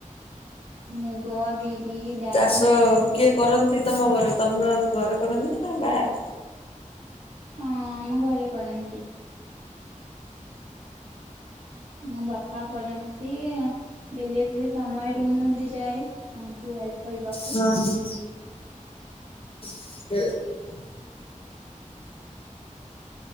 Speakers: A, on the right; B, on the left.
A: ମୁଗ ବିରି ଡାଲି
B: ଚାଷ
A: ମାନେ ଡାଲି ଜାତୀୟ
B: କିଏ କରନ୍ତି ତମ ଘରେ? ତମ ଘରେ କରନ୍ତି ନା ବାହାରେ?
A: ହଁ ଆମ ଘରେ କରନ୍ତି। ମୋ ବାପା କରନ୍ତି। ବେଳେ ବେଳେ ସମୟରେ ମୁଁ ବି ଯାଏ ତାଙ୍କୁ ହେଲ୍ପ କରିବାକୁ
B: ହଁ ହୁଁ। <inaudible>